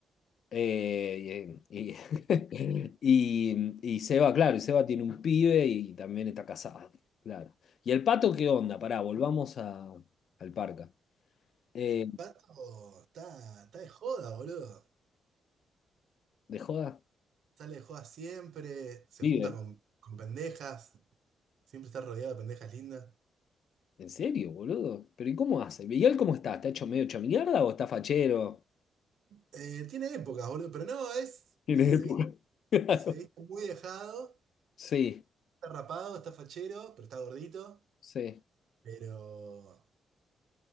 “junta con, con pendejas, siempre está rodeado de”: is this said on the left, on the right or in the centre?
Right